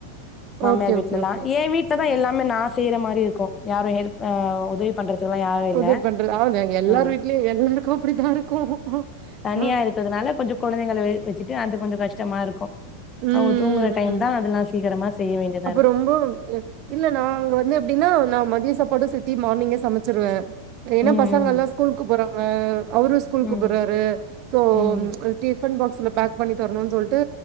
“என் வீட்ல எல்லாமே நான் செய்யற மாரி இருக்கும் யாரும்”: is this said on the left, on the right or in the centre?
Left